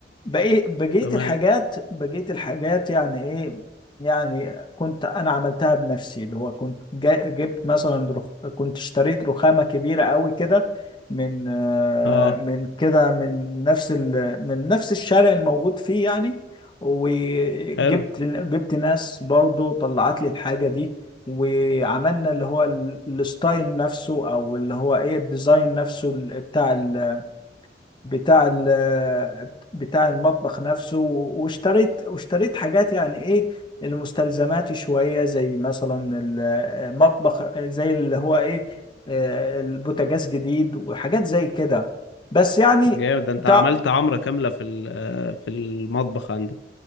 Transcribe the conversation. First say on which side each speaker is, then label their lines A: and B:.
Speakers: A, on the left; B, on the left.
A: بقيت بقيت
B: تمام
A: الحاجات بقيت الحاجات يعني ايه يعني كنت انا عملتها بنفسي اللي هو كنت جا- جبت مثلا رخ... كنت اشتريت رخامه كبيره قوي كده من آه،
B: اه
A: من كده من نفس ال... من نفس الشارع الموجود فيه يعني وجبت
B: حلو
A: جبت ناس برضو طلعت لي الحاجه دي وعملنا اللي هو ال- الستايل نفسه او اللي هو ايه الديزاين نفسه ال- بتاع ال بتاع ال بتاع المطبخ نفسه واشتريت واشتريت حاجات يعني ايه المستلزمات شوية زي مثلا المطبخ زي اللي هو ايه آه، البوتاجاز جديد وحاجات زي كده بس يعني
B: جامد ده انت
A: تع-
B: عملت عمرة كاملة في ال- آه، في المطبخ عندك